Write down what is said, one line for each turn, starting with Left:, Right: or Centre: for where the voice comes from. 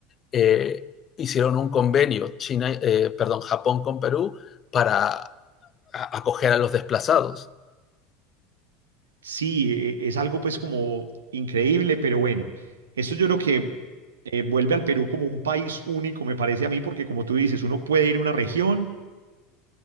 Left: eh, hicieron un convenio, China, eh, perdón, Japón con Perú, para acoger a los desplazados.
Right: Sí, e- es algo pues como increíble, pero bueno, esto yo creo que eh, vuelve al Perú como un país único, me parece a mí, porque como tú dices, uno puede ir a una región.